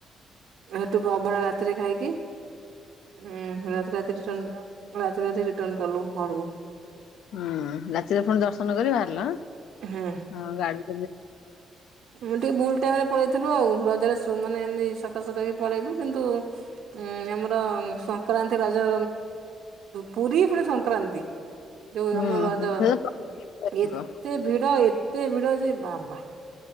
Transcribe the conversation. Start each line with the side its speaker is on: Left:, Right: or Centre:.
Right: ହେଠୁ ଅଭଡ଼ା ରାତିରେ ଖାଇକି ହୁଁ ରାତି ରାତି ରିଟ ରାତି ରାତି ରିଟନ କଲୁ ଘରକୁ
Left: ହୁଁ ରାତିରେ ପୁଣି ଦର୍ଶନ କରିି ବାହାରିଲ ଆଁ
Right: ହୁଁ।
Left: ହଁ ଗାଡ଼ି
Right: ମୁଁ ଟିକେ ଭୁଲ୍ ଟାଇମରେ ପଳେଇଥିଲୁ ଆଉ ରଜରେ ମାନେ ଏମିତି ସକାଳେ ସକାଳେ ପଳେଇଲୁ କିନ୍ତୁ ଉଁ ଆମର ସଂକ୍ରାନ୍ତି ରଜ ପୁରୀ ପୁଣି ସଂକ୍ରାନ୍ତି। ଯୋଉ
Left: ହୁଁ
Right: ଆମ ରଜ
Left: ହୁଁ ସେ ତ ଥିବ।
Right: ଏତେ ଭିଡ଼ ଏତେ ଭିଡଯେ ବାବା